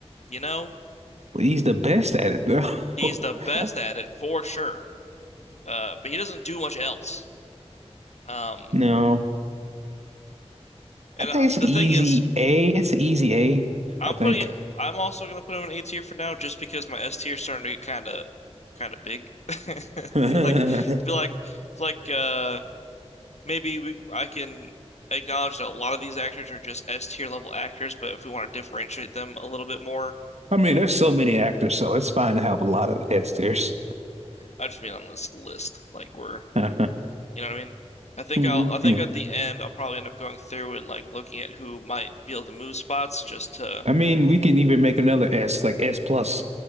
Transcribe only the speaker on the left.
you know?
He's
the best at it for sure. Uh, but he doesn't do much else. Um,
and
uh,
the
thing is,
I'm
putting I'm also gonna put him in A tier for now, just because my S tier is starting to get kind of kind of big. <laughs> Feel
like feel like feel like uh, maybe we, I can acknowledge that a lot of these actors are just S tier level actors, but if we want to differentiate them a little bit more,
I just mean on this list, like we're
You know what I mean? I think
I'll I think
at the end I'll probably end up going through and like looking at who might be able to move spots just to